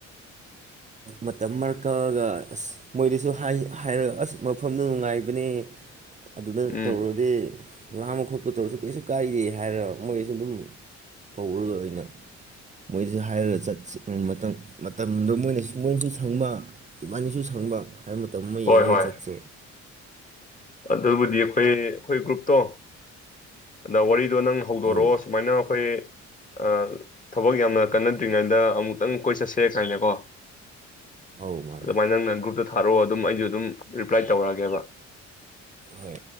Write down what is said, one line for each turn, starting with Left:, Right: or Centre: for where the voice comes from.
Right: ꯃꯇꯝ ꯃꯔꯔ ꯀꯛꯑꯒ ꯑꯁ ꯃꯣꯏꯗꯁꯨ ꯍꯥꯏꯔꯒ ꯑꯁ ꯃꯐꯝꯗ ꯅꯨꯡꯉꯥꯏꯕꯅꯦ ꯑꯗꯨꯅ
Left: ꯎꯝ
Right: ꯇꯧꯔꯨꯔꯗꯤ ꯂꯥꯝꯕ ꯈꯣꯠꯄ ꯇꯧꯔꯁꯨ ꯀꯩꯁꯨ ꯀꯥꯏꯗꯦ ꯍꯥꯏꯔꯒ ꯃꯣꯏꯁꯨ ꯑꯗꯨꯝ ꯀꯧꯔꯒ ꯑꯣꯏꯅ ꯃꯣꯏꯗꯁꯨ ꯍꯥꯏꯔꯒ ꯆꯠꯁꯤ ꯃꯇꯝꯗꯣ ꯃꯣꯏꯅꯁꯨ ꯃꯣꯏꯅꯁꯨ ꯁꯪꯕ ꯏꯕꯥꯅꯤꯁꯨ ꯁꯪꯕ ꯍꯥꯏꯕ ꯃꯇꯝ ꯑꯃ
Left: ꯍꯣꯏ
Right: ꯌꯦꯡꯉ
Left: ꯍꯣꯏ
Right: ꯆꯠꯁꯦ
Left: ꯑꯗꯨꯕꯨꯗꯤ ꯑꯩꯈꯣꯏ ꯑꯩꯈꯣꯏ ꯒ꯭ꯔꯨꯞꯇꯣ ꯑꯗ ꯋꯥꯔꯤ ꯑꯗꯣ ꯅꯪ ꯍꯧꯗꯣꯔꯛꯑꯣ
Right: ꯑꯧ
Left: ꯁꯨꯃꯥꯏꯅ ꯑꯩꯈꯣꯏ ꯑꯥ ꯊꯕꯛ ꯌꯥꯝꯅ ꯀꯟꯅꯗ꯭ꯔꯤꯉꯩꯗ ꯑꯃꯨꯛꯇꯪ ꯀꯣꯏ ꯆꯠꯁꯦ ꯀꯥꯏꯅꯀꯣ
Right: ꯑꯧ ꯃꯥꯅꯦ
Left: ꯑꯗꯨꯅ ꯅꯪ ꯊꯥꯔꯛꯑꯣ ꯑꯗꯨꯝ ꯑꯩꯁꯨ ꯑꯗꯨꯝ ꯔꯤꯄ꯭ꯂꯥꯏ ꯇꯧꯔꯛꯑꯒꯦꯕ
Right: ꯍꯣꯏ